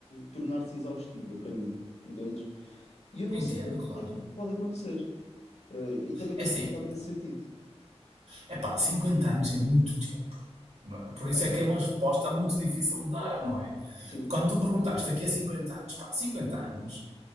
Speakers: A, on the left; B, on the right.
A: tornar-se exaustiva para mim, entendes? E eu não
B: Entendo,
A: sei até que
B: claro.
A: ponto é que isso pode acontecer. Eh, e também
B: É
A: tenho
B: assim,
A: pensado nesse sentido.
B: é pá, cinquenta anos é muito tempo. Não é? Por isso
A: É verdade.
B: é que é uma resposta muito difícil de dar, não é?
A: Sim,
B: Quando tu me perguntaste daqui a 50 anos, pá, 50 anos,